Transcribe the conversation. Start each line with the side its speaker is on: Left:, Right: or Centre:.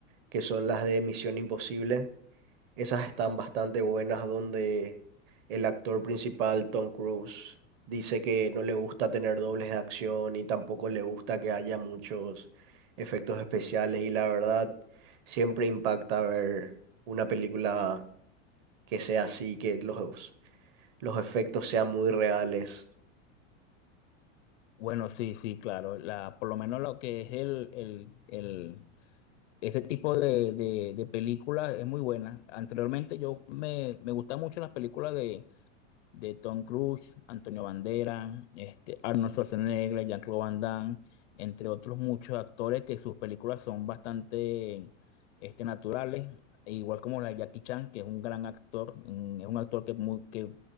Right: que son las de Misión Imposible. Esas están bastante buenas, donde el actor principal, Tom Cruise, dice que no le gusta tener dobles de acción y tampoco le gusta que haya muchos efectos especiales. Y la verdad, siempre impacta ver una película que sea así, que los, los efectos sean muy reales.
Left: Bueno, sí, sí, claro. La, por lo menos lo que es el, el, el, Este tipo de, de, de películas es muy buena. Anteriormente yo me, me gustan mucho las películas de, de Tom Cruise, Antonio Banderas, este, Arnold Schwarzenegger, Jean-Claude Van Damme, entre otros muchos actores que sus películas son bastante este, naturales, e igual como la de Jackie Chan, que es un gran actor, mm, es un actor que, muy, que